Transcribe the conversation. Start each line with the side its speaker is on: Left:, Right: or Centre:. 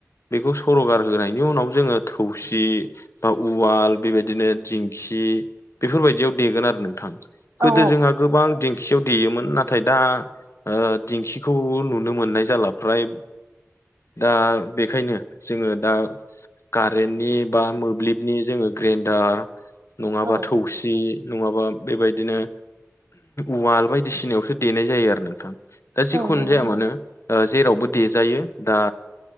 Left: बेखौ सर'गार होनायनि उनाव जोङो थौसि बा उवाल बेबायदिनो दिंखि बेफोरबायदियाव देगोन आरो नोंथां। गोदो
Right: औ
Left: जोंहा गोबां दिंखियाव देयोमोन नाथाय दा ओ- दिंखिखौ नुनो मोननाय जाला फ्राय दा बेखायनो जोङो दा कारेन्टनि बा मोब्लिबनि जोङो ग्रेडार नङाबा
Right: औ
Left: थौसि नङाबा बेबायदिनो उवाल बायदिसिनायावसो देनाय जायो आरो नोंथां। दा जिखुननो
Right: औ नंगौ
Left: जाया
Right: नोंथां
Left: मानो। ओ- जेरावबो देजायो दा